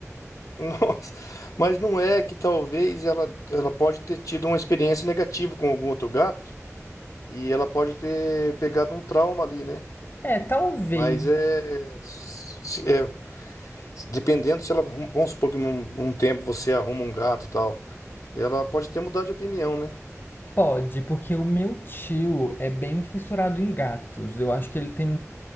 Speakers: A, on the left; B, on the left.
A: Nossa, mas não é que talvez ela, ela pode ter tido uma experiência negativa com algum outro gato e ela pode ter pegado um trauma ali, né?
B: É, talvez
A: Mas é, se- é- dependendo se ela, arrum- vamos supor que um, um tempo você arruma um gato e tal, ela pode ter mudado de opinião, né?
B: Pode, porque o meu tio é bem fissurado em gatos. Eu acho que ele tem